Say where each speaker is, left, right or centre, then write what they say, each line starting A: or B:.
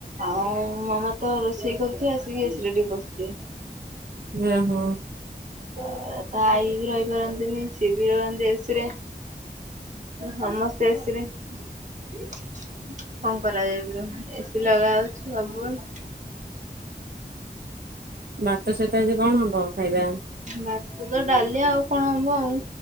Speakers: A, on the right; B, on the right.
A: ଆଉ ମାମା ତ ରୋଷେଇ କରୁଥିବେ, ଆସିକି ଏସିରେ ଟିକେ ପସିଯିବେ।
B: ଓ ହୋ।
A: ଅ ତା ଆଈ ବି ରହିପାରନ୍ତିନି। ସିଏ ବି ରହନ୍ତି ଏସିରେ। ସମସ୍ତେ ଏସିରେ କଣ କରାଯାଇପାରିବ। ଏସି ଲଗାହଉଛି ସବୁବେଳେ।
B: ଭାତ ସହିତ ଆଜି କଣ ହବ ଖାଇବା?
A: ଭାତ ସହିତ ଡାଲି ଆଉ କଣ ହବ ଆଉ।